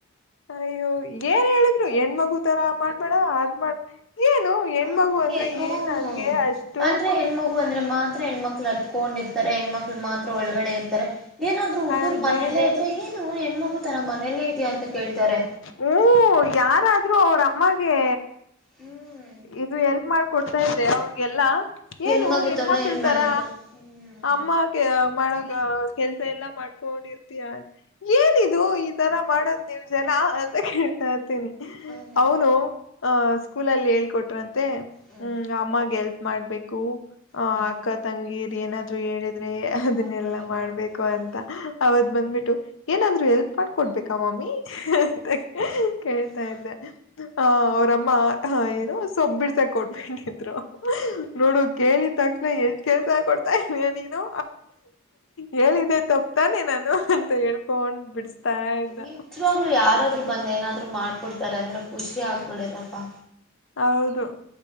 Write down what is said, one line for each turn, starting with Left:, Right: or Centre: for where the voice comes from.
Left: ಅಯ್ಯೋ ಏನ್ ಹೇಳಿದ್ರು ಹೆಣ್ಮಗು ತರ ಮಾಡ್ಬೇಡ ಅದ್ ಮಾಡ್ ಏನು. ಹೆಣ್ಮಗು
Centre: ಹಂಗೆ
Left: ಅಂದ್ರೆ
Centre: ಹ್ಮ
Left: ಏನ್ ಹಂಗೆ ಅಷ್ಟು.
Centre: ಅಂದ್ರೆ ಹೆಣ್ಮಗು ಅಂದ್ರ ಮಾತ್ರ ಹೆಣ್ಮಕ್ಳು ಹತ್ಕೊಂಡಿರ್ತಾರೆ ಹೆಣ್ಮಕ್ಳು ಮಾತ್ರ ಒಳಗಡೆ ಇರ್ತಾರೆ. ಏನಾದ್ರು ಹುಡ್ಗರು
Left: ಅದೇ
Centre: ಮನೆಯಲ್ಲೇ ಇದ್ರೆ ಏನು ಹೆಣ್ಮಗು ತರ ಮನೇಲ್ಲೇ ಇದೆಯಾ ಅಂತ ಕೇಳ್ತಾರೆ.
Left: ಹ್ಮ ಯಾರಾದ್ರೂ ಅವರಮ್ಮಗೆ
Centre: ಹ್ಮ್
Left: ಇದು ಎಲ್ಫ್. ಮಾಡ್ಕೊಡ್ತಾ ಇದ್ರೆ ಅವ್ರಗೆಲ್ಲಾ.
Centre: ಹೆಣ್ಮಗು
Left: ಏನು ಹೆಣ್ಮಕ್ಳತಾರ
Centre: ತರ ಏನ್ ಮನೇಲಿ ಹ್ಮ್
Left: ಅಮ್ಮಗೆ. ಮಾಡ ಕೆಲ್ಸ ಎಲ್ಲಾ ಮಾಡ್ಕೊಂಡಿರ್ತಯ ಏನಿದು ಈ ತರ ಮಾಡದ್ ನೀವ್ ಜನ. ಕೇಳ್ತಾ ಇರ್ತೀನಿ
Centre: ಅದೇ
Left: ಅವನು ಅ ಸ್ಕೂಲಲ್ಲಿ. ಹೇಳಿ ಕೊಟ್ರಂತೆ
Centre: ಹ್ಮ್
Left: ಹ್ಮ ಅಮ್ಮಗೆ ಎಲ್ಪ್ ಮಾಡ್ಬೇಕು ಅ
Centre: ಹ್ಮ
Left: ಅಕ್ಕ ತಂಗಿರ್ ಏನಾದ. ಹೇಳಿದ್ರೆ ಅದನ್ನೆಲ್ಲ
Centre: ಮಾಡ್ಕೊಡ್ಬೇಕು
Left: ಮಾಡ್ಬೇಕು
Centre: ಹ್ಮ್
Left: ಅಂತ ಅವತ್ ಬಂದ್ಬಿಟ್ಟು ಏನಾದ್ರೂ. ದ್ರು ಹೆಲ್ಪ್ ಮಾಡ್ಬೇಕ ಮಮ್ಮಿ ಅಂತ ಕೇಳ್ತಾ
Centre: ಹ
Left: ಇದ್ದೆ. ಅವ್ರಮ್ಮ
Centre: ಹ್ಮ್
Left: ಏನ ಸೊಬ್ಬಿಡ್ಸ ಕೊಟ್ಬಿಟ್ಟಿದ್ರು ನೋಡು ಕೇಳ. ಕೇಳಿದ್ ತಕ್ಷಣ ಎಷ್ಟು ಕೆೇಳ್ಸ ಕೊಡ್ತಾ ಇದಿಯ ನೀನು ಹೇಳಿದೆೆ ತಪ್ಪ. ತಾನೆ ನಾನು ಅಂತ ಹೇಳ್ಕೊಂಡ್. ಬಿಡಿಸತಾ ಇದ್ದ
Centre: ನೀಜ್ವಾಗ್ಲು ಯಾರಾದ್ರೂ ಬ. ಬಂದ್ ಏನಾದ್ರು ಮಾಡ್ಕೊಡ್ತಾರೆ ಅಂದ್ರೆ ಖುಷಿ ಆಗ್ಬಿಡದಪ್ಪಾ.
Left: ಹೌದು.